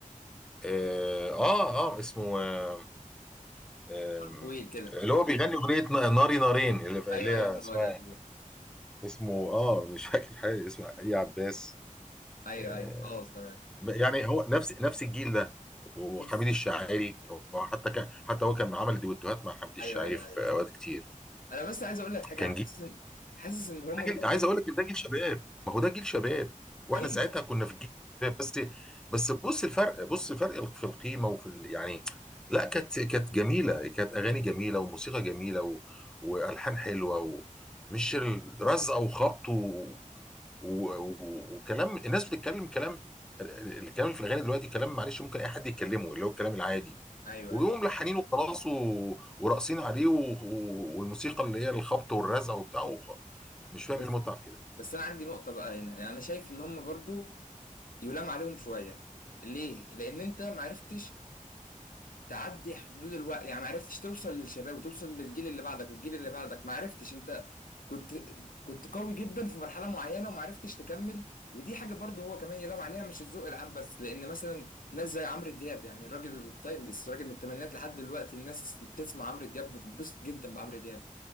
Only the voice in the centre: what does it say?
اه اه, آه اسمه آه آه
اللي هو بيغني اغنيه نا- ناري نارين اللي
اللي هي
اسمها
اسمه اه مش فاكر حاجه اسمها ايه عباس
آه
يعني هو نفس نفس الجيل ده وحميد
الشاعري وحتى كان حتى هو كان عمل دويتوهات مع حميد الشاعري
في
اوقات كتير
كان
جيل
ده
جيل عايز اقول لك إن ده جيل شباب ما هو ده جيل شباب واحنا
ساعتها كنا في الجيل شباب بس بس بص الفرق بص الفرق في القيمه وفي ال... يعني لا كانت كانت جميله كانت اغاني جميله وموسيقى جميله و... والحان حلوه ومش رزع وخبط و... و... و... وكلام الناس بتتكلم كلام الكلام اللي في الاغاني دلوقتي كلام معلش ممكن اي حد يتكلمه اللي هو الكلام العادي
ويقوموا
ملحنين وخلاص و- وراقصين عليه و... و- والموسيقى اللي هي الخبط والرزع وبتاع وخلاص مش فاهم
إيه المتعه في كده